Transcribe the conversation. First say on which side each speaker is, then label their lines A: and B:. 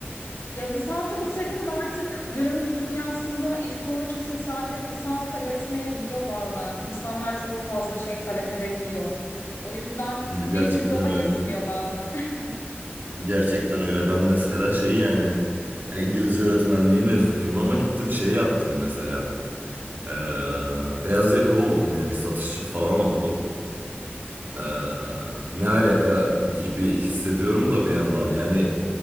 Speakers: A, on the left; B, on the right.
A: Ya lisansı bitirdim de artık günümüz dünyasında iş bulmak için sadece lisans da yetmeyebiliyor bazen. İnsanlar çok fazla şey talep edebiliyor. O yüzden bir
B: Gerçekten
A: diploma
B: öyle.
A: yetmiyor bazen. <laughs>
B: Gerçekten öyle. Ben mesela şey yani hani İngilizce öğretmenliği mezunuyum ama gittim şey yaptım mesela. Ee, beyaz yaka oldum yani satışçı falan oldum. Ee, ne alaka gibi hissediyorum da bir yandan. Yani